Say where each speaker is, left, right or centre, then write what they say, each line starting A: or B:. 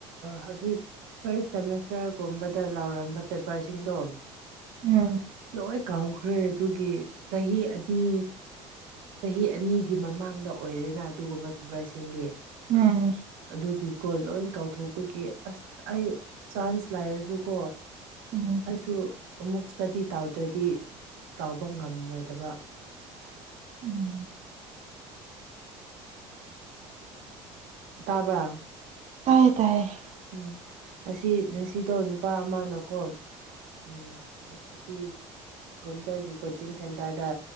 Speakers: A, on the right; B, on the right.
A: ꯍꯧꯖꯤꯛ ꯐꯥꯔ꯭ꯁ ꯁꯦꯃꯤꯁꯇꯔꯒꯨꯝꯕꯗ ꯂꯧꯔꯝꯕ ꯄꯦꯄꯔꯁꯤꯡꯗꯣ
B: ꯎꯝ
A: ꯂꯣꯏ ꯀꯥꯎꯈ꯭ꯔꯦ ꯑꯗꯨꯒꯤ ꯆꯍꯤ ꯑꯅꯤ ꯆꯍꯤ ꯑꯅꯤꯒꯤ ꯃꯃꯥꯡꯗ ꯑꯣꯏꯔꯦꯅ ꯑꯗꯨꯒꯨꯝꯕ ꯄꯦꯄꯔꯁꯤꯡꯗꯤ
B: ꯎꯝ
A: ꯑꯗꯨꯒꯤꯀꯣ ꯂꯣꯏ ꯀꯥꯎꯊꯣꯛꯄꯒꯤ ꯑꯁ ꯑꯩ ꯆꯥꯟ꯭ꯁ ꯂꯩꯔꯁꯨꯀꯣ
B: ꯎꯝ
A: ꯑꯩꯁꯨ ꯑꯃꯨꯛ ꯏꯁꯇꯗꯤ ꯇꯧꯗ꯭ꯔꯗꯤ ꯇꯧꯕꯥ ꯉꯝꯃꯣꯏꯗꯕ
B: ꯎꯝ
A: ꯇꯥꯕ꯭ꯔ꯫
B: ꯇꯥꯏꯌꯦ ꯇꯥꯏꯌꯦ꯫
A: ꯎꯝ ꯑꯁꯤ ꯉꯁꯤꯗꯣ ꯅꯨꯄꯥ ꯑꯃꯅꯀꯣ ꯎꯝ ꯎ ꯑꯁꯤ ꯀꯝꯄ꯭ꯌꯨꯇꯔꯒꯤ ꯀꯣꯆꯤꯡ ꯁꯦꯟꯇꯔꯗ